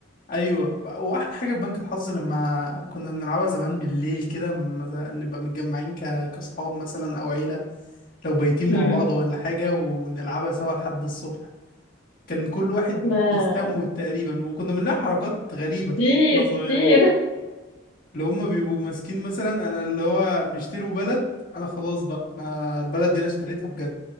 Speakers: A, on the left; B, on the left.
A: ايوه واحلى حاجه في بنك الحظ لما كنا بنلعبها زمان بالليل كده لما ز- نبقى متجمعين ك... كاصحاب مثلا او عيله لو بايتين
B: مم.
A: مع بعض ولا حاجه ونلعبها سوا لحد الصبح كان كل واحد
B: ما-
A: بيستموت تقريبا وكنا بنلاقي حركات غريبه
B: كتير
A: احنا صغيرين
B: كتير
A: اللي هم بيبقوا ماسكين مثلا انا اللي هو بيشتروا بلد انا خلاص بقى انا البلد دي انا اشتريتها بجد